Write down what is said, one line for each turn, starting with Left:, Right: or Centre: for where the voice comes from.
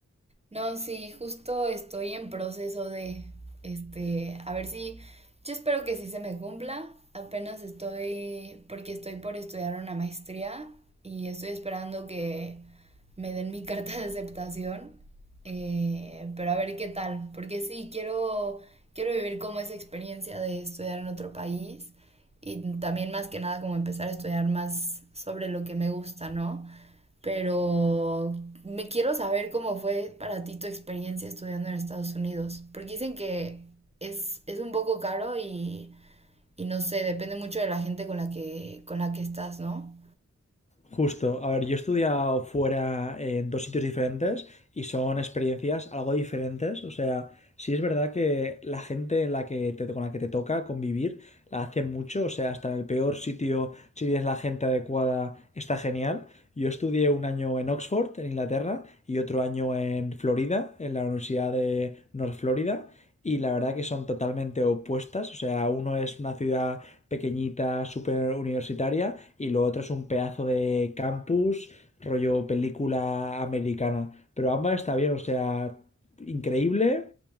Right: No, sí, justo estoy en proceso de, este, a ver si, yo espero que sí se me cumpla. Apenas estoy, porque estoy por estudiar una maestría y estoy esperando que me den mi <laughs> carta de aceptación. eh, pero a ver qué tal, porque sí, quiero, quiero vivir como esa experiencia de estudiar en otro país y también más que nada como empezar a estudiar más sobre lo que me gusta, ¿no? pero me quiero saber cómo fue para ti tu experiencia estudiando en Estados Unidos, porque dicen que es, es un poco caro y, y no sé, depende mucho de la gente con la que, con la que estás, ¿no?
Left: Justo, a ver, yo he estudiado fuera en dos sitios diferentes y son experiencias algo diferentes, o sea, sí es verdad que la gente en la que te- con la que te toca convivir la hace mucho, o sea, hasta en el peor sitio, si tienes la gente adecuada, está genial. Yo estudié un año en Oxford, en Inglaterra, y otro año en Florida, en la Universidad de North Florida, y la verdad que son totalmente opuestas, o sea, uno es una ciudad pequeñita, súper universitaria, y lo otro es un pedazo de campus, rollo película americana. Pero ambas está bien, o sea, increíble.